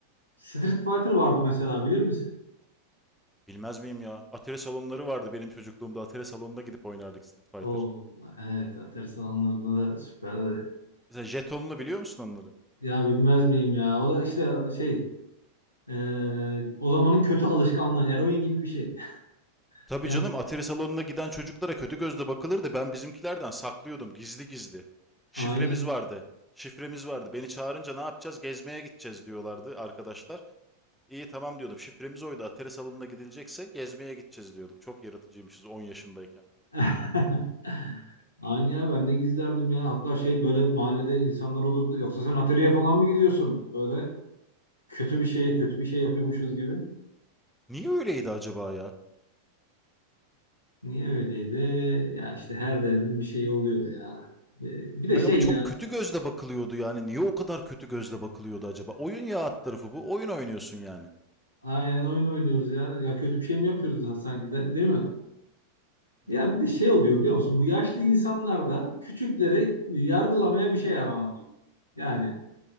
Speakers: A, on the left; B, in the centre.
A: Street Fighter vardı mesela bilir misin?
B: Bilmez miyim ya? Atari salonları vardı benim çocukluğumda. Atari salonuna gidip oynardık Street Fighter.
A: Oo, evet Atari salonlarında da süperdi.
B: Mesela jetonlu biliyor musun onları?
A: Ya bilmez miyim ya? O da işte şey eee, o zamanın kötü alışkanlığı eroin gibi bir şey. <laughs>
B: Tabii
A: Yani
B: canım Atari salonuna giden çocuklara kötü gözle bakılırdı. Ben bizimkilerden saklıyordum gizli gizli. Şifremiz
A: aynen
B: vardı. Şifremiz vardı. Beni çağırınca ne yapacağız? Gezmeye gideceğiz diyorlardı arkadaşlar. İyi tamam diyordum. Şifremiz oydu. Atari salonuna gidilecekse gezmeye gideceğiz diyorduk. Çok yaratıcıymışız 10 yaşındayken.
A: <laughs> Aynı ya ben de gizlerdim ya. Hatta şey böyle mahallede insanlar olurdu. Yoksa sen atölyeye falan mı gidiyorsun? Böyle kötü bir şeye kötü bir şey yapıyormuşuz gibi.
B: Niye öyleydi acaba ya?
A: Niye öyleydi? Ya işte her devrim bir şey oluyor ya. Bir bir de
B: Hayır
A: şey
B: ama çok
A: ya.
B: kötü gözle bakılıyordu yani. Niye o kadar kötü gözle bakılıyordu acaba? Oyun ya alt tarafı bu. Oyun oynuyorsun yani.
A: Aynen oyun oynuyoruz ya. Ya kötü bir şey mi yapıyoruz da sanki de- değil mi?
B: yani.
A: Ya bir de şey oluyor biliyor musun? Bu yaşlı insanlar da küçükleri yargılamaya bir şey yaranıyor. Yani